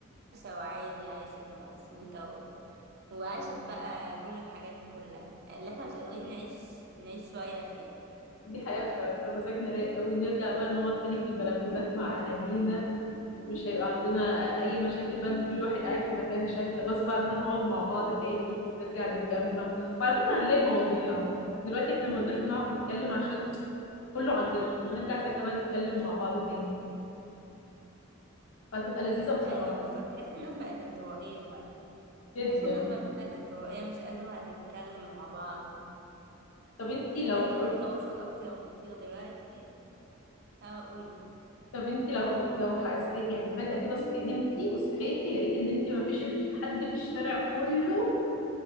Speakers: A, on the right; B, on the left.
A: وعادي عايشة ومبسوطة و... وعاشت بقى كل الحاجات دي كلها اللي احنا مش قادرين نعيش نعيش شوية فيها
B: دي حقيقة فتبقى مزاجنا رايق قوي نرجع بقى نقعد تاني في البلكونات مع أهالينا مش هيبقى عندنا أي مشاكل بقى إن كل
A: مم.
B: واحد قاعد في مكان شكل غصب عننا نقعد مع بعض تاني نرجع نتجمع وعلى فكرة هنلاقي مواضيع دلوقتي احنا ما قلناش بنعرف نتكلم عشان كله على النت ونرجع ساعتها بقى نتكلم مع بعض تاني فهتبقى لذيذة بصراحة
A: ايوه بالظبط تحسي الناس بقت انطوائية بقى
B: جدا
A: بحس الناس بقت انطوائية مش قادرة تتكلم مع بعض
B: طب انتي
A: زمان
B: لو قل-
A: كان في تواصل أكتر بكتير دلوقتي اه قولي
B: طب انتي لو لو حسيت يعني فجأة كده صحيت نمتي وصحيتي لقيت ان انتي مفيش الف- حد في الشارع كله